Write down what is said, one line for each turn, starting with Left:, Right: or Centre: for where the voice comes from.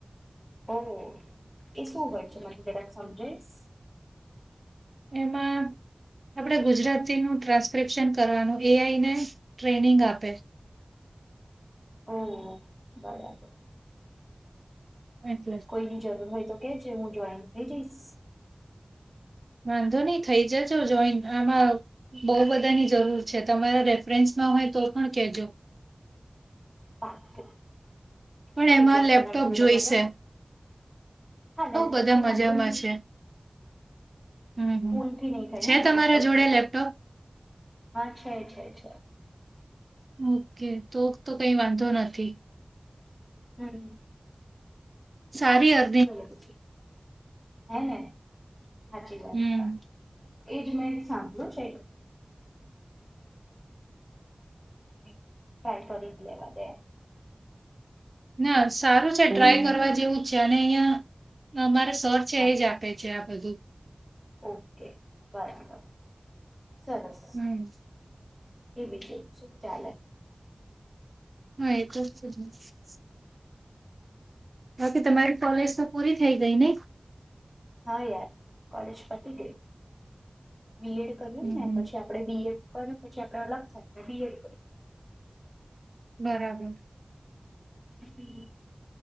Left: ઓ! એ શું હોય છે મને જરાક સમજાવીશ?
Right: એમાં આપડે ગુજરાતીનું ટ્રસ્ટ <unintelligible> કરવાનું એઆઈને ટ્રેનિંગ આપે
Left: ઓહો! બરાબર.
Right: <unintelligible>
Left: કોઈ ની જરૂર હોય તો કે જે હું જોઈન થઈ જઈશ.
Right: વાંધો નહી થઈ જજો જોઈન <unintelligible> બઉ બધાની જરૂર છે તમારા રેફરન્સમાં હોય તો પણ કેજો.
Left: પાક્કું
Right: પણ
Left: કેવી
Right: એમાં લેપટોપ
Left: <unintelligible> આંટી
Right: જોઈશે
Left: <unintelligible> હા લેપટોપ
Right: બધા
Left: તો
Right: મજામાં
Left: વાંધો નહી.
Right: છે હમ હમ
Left: ફોનથી નહીં થાય
Right: છે
Left: હે ને
Right: તમારા
Left: લેપટોપ
Right: જોડે
Left: જોઈએ.
Right: લેપટોપ
Left: હા છે છે છે.
Right: ઓકે તો તો કઈ વાંધો નથી.
Left: હમ.
Right: સારી આ
Left: <unintelligible> હને હાચી વાત
Right: હમ
Left: છે. એજ મેં સાંભળ્યું છે <unintelligible> <unintelligible>
Right: ના સારું છે ટ્રાય કરવા જેવું જ છે અને અહિયાં અમારે સર છે
Left: હા
Right: એ જ આપે છે આ બધું
Left: ઓકે <unintelligible> સરસ.
Right: હમ.
Left: એ બીજું શુ ચાલે.
Right: <unintelligible> હ તો તમારી કોલેજ તો પૂરી થઈ ગઈ ને.
Left: હા યાર કોલેજ પતી ગઈ બીએડ <unintelligible>
Right: હમ
Left: ને
Right: હમ
Left: પછી આપણે બીએ કરી પછી આપડે અલગ થાય ને બીએડ કર
Right: બરાબર.
Left: <unintelligible>